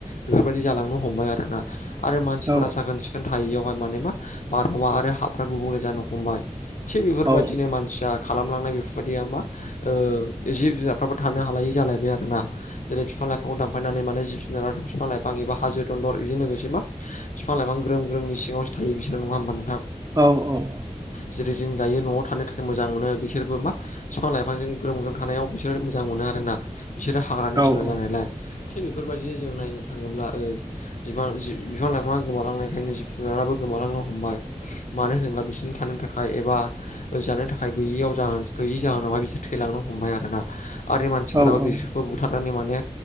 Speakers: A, on the left; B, on the right.
A: बेफोरबायदि जालांनो हमबाय आरोना आरो मानसिफोरा
B: औ
A: साखोन सिखोन थायैयावहाय माने मा बारहावा आरो हाफ्रा गुबुंले जानो हमबाय। थिग बेफोरबदिनो
B: औ
A: मानसिया खालामलांनाय बेफोरबायदिया मा ओ जिब जुनारफ्राबो थानो हालायि जालायबाय आरो ना जेरै बिफां लाइफां दामफ दानफायनानै माने जिब जुनार, बिफां लाइफां एबा हाजो दन्दल बेजों लोगोसे मा बिफां -लाइफां ग्रोम ग्रोमनि सिङावसो थायो बिसोरो नङा होमबा नोंथां?
B: औ औ।
A: जेरै जों दायो न'आव थानो थाखाय मोजां मोनो बिसोरबो मा बिफां लाइफांजों ग्रोम ग्रोम। थानायाव बिसोरो मोजां मोनो आरोना बिसोरो हाग्रानि
B: औ
A: जुनार
B: औ
A: जानायलाय। थिग बेफोरबायदिनो जों नायनो थाङोब्ला ओ बि जि बिफां लाइफाङा गोमालांनायखायनो जिब जुनाराबो गोमालांनो हमबाय। मानो होनोब्ला बिसोरनि थानो थाखाय एबा जानो थाखाय गैयियाव जाह गैयै जाहोनावहाय बिसोर थैलांनो हम हमबाय आरोना आरो मानसिफोराबो
B: औ औ
A: बि खौ बुथारनानै माने